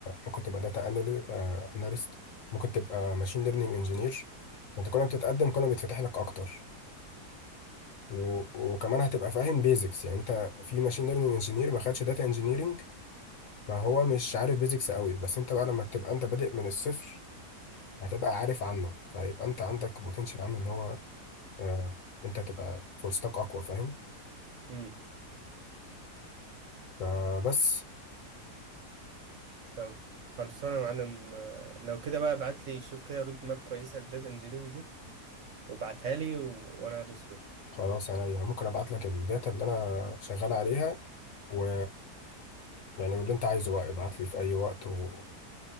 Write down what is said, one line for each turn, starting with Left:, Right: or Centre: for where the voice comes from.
Left: ممكن تبقى داتا اناليست ممكن تبقى ماشين ليرنينج انجينير انت كل ما بتتقدم كل ما بيتفتح لك اكتر و... وكمان هتبقى فاهم بيزكس يعني انت في ماشين ليرنينج انجينير ما خدش داتا انجينيرنج ما هو مش عارف بيزكس قوي بس انت بقى لما تبقى انت بادئ من الصفر هتبقى عارف عنه فيبقى انت عندك بوتنشال عنه ان هو آه انت تبقى فرصتك اقوى فاهم
Right: امم
Left: فبس
Right: طب خلصانة يا معلم آه، لو كده بقى ابعت لي شوف كده رود ماب كويسة للداتا انجينيرنج دي وابعتها لي و... وانا هدوس فيها
Left: خلاص انا يعني ممكن ابعت لك الداتا اللي انا شغال عليها و يعني واللي انت عايزه بقى ابعت لي في اي وقت و...